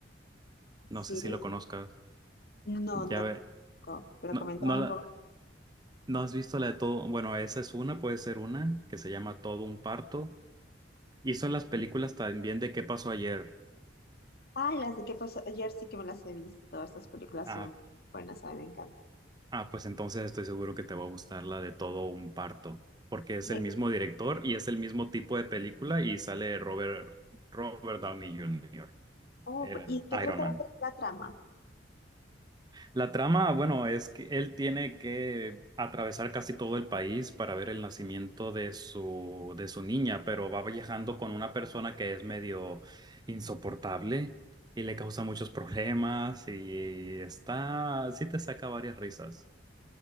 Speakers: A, on the right; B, on the left.
A: No
B: Sí,
A: sé si lo conozcas.
B: no,
A: Ya
B: no,
A: ver,
B: pero
A: no,
B: comentaba
A: no, la-
B: un poco.
A: no has visto la de Todo... Bueno, esa es una, puede ser una, que se llama Todo un parto. Hizo las películas también de ¿Qué pasó ayer?
B: Ay, las de qué pasó ayer sí que me las he visto. Estas películas
A: Ah,
B: son buenas, a mí me encantan.
A: ah, pues entonces estoy seguro que te va a gustar la de Todo un parto, porque es
B: De,
A: el mismo director y es el mismo tipo de película y sale Robert, Robert Downey Jr.,
B: oh,
A: el
B: pero- ¿y de qué trata
A: Iron Man.
B: la, tra- la trama?
A: La trama, bueno, es que él tiene que atravesar casi todo el país para ver el nacimiento de su, de su niña, pero va viajando con una persona que es medio insoportable y le causa muchos problemas y está, sí te saca varias risas.